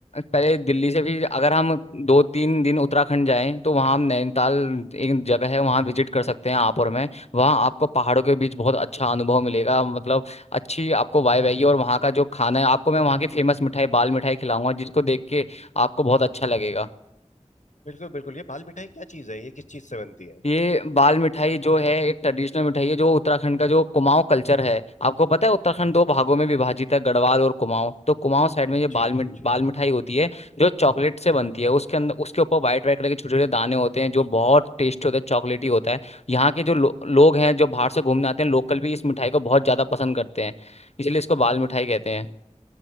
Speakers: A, on the left; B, on the left.
A: पहले दिल्ली से भी अगर हम दो तीन दिन उत्तराखंड जाएं तो वहाँ हम नैनीताल एक जगह है वहाँ विजिट कर सकते हैं आप और मैं वहाँ आपको पहाड़ों के बीच बहुत अच्छा अनुभव मिलेगा मतलब अच्छी आपको वाइब आएगी और वहाँ का जो खाना है आपको मैं वहाँ की फेमस मिठाई बाल मिठाई खिलाऊंगा जिसको देख के आपको बहुत अच्छा लगेगा
B: बिल्कुल बिल्कुल ये बाल मिठाई क्या चीज़ है ये किस चीज़ से बनती है
A: ये बाल मिठाई जो है एक ट्रेडिशनल मिठाई है जो उत्तराखंड का जो कुमाऊं कल्चर है आपको पता है उत्तराखंड
B: हम्म।
A: दो भागों में विभाजित है गढ़वाल और कुमाऊं तो कुमाऊं साइड में ये बाल
B: जी
A: मिठ,
B: जी
A: बाल मिठाई होती है जो चॉकलेट से बनती है उसके अंदर उसके ऊपर व्हाइट व्हाइट कलर के छोटे छोटे दाने होते हैं जो बहुत टेस्टी होते हैं चॉकलेटी होता है यहाँ के जो लो, लोग हैं जो बाहर से घूमने आते हैं लोकल भी इस मिठाई को बहुत ज्यादा पसंद करते हैं इसलिए इसको बाल मिठाई कहते हैं